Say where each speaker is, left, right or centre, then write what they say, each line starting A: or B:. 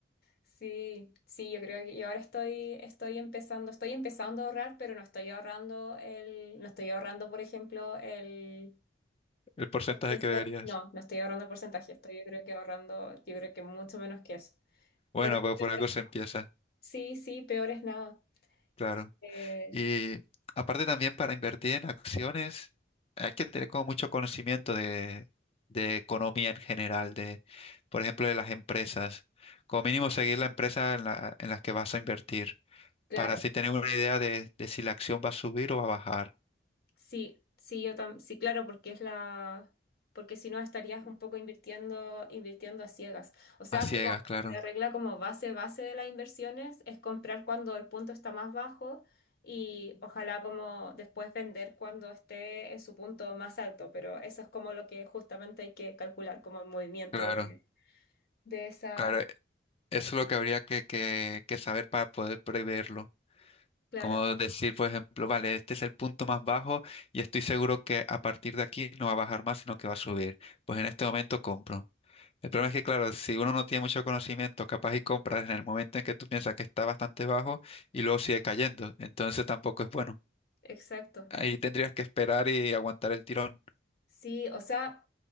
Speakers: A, on the left; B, on the left.
A: sí, sí, yo creo que yo ahora estoy, estoy empezando, estoy empezando a ahorrar, pero no estoy ahorrando el, no estoy ahorrando, por ejemplo, el
B: el porcentaje
A: 15,
B: que deberías.
A: no, no estoy ahorrando el porcentaje, estoy yo creo que ahorrando, yo creo que mucho menos que eso.
B: Bueno,
A: Pero
B: pues
A: <laughs>
B: por algo se empieza,
A: sí, sí, peor es nada.
B: claro.
A: Eh,
B: Y aparte también para invertir en acciones hay que tener como mucho conocimiento de, de economía en general, de, por ejemplo, de las empresas. Como mínimo seguir la empresa en la, en las que vas a invertir,
A: claro,
B: para así tener una idea de, de si la acción va a subir o va a bajar.
A: Sí, sí, yo tam sí, claro, porque es la, porque si no estarías un poco invirtiendo, invirtiendo a ciegas. O sea,
B: A ciegas,
A: como
B: claro,
A: la regla como base, base de las inversiones es comprar cuando el punto está más bajo y ojalá como después vender cuando esté en su punto más alto, pero eso es como lo que justamente hay que calcular, como el movimiento
B: claro,
A: de, de esa
B: claro. Eso
A: acción.
B: es lo que habría que, que que saber para poder preverlo.
A: Claro,
B: Como decir, por ejemplo, vale, este es el punto más bajo y estoy seguro que a partir de aquí no va a bajar más, sino que va a subir. Pues en este momento compro. El problema es que, claro, si uno no tiene mucho conocimiento, capaz y compras en el momento en que tú piensas que está bastante bajo y luego sigue cayendo. Entonces tampoco es bueno.
A: exacto.
B: Ahí tendrías que esperar y aguantar el tirón.
A: Sí, o sea.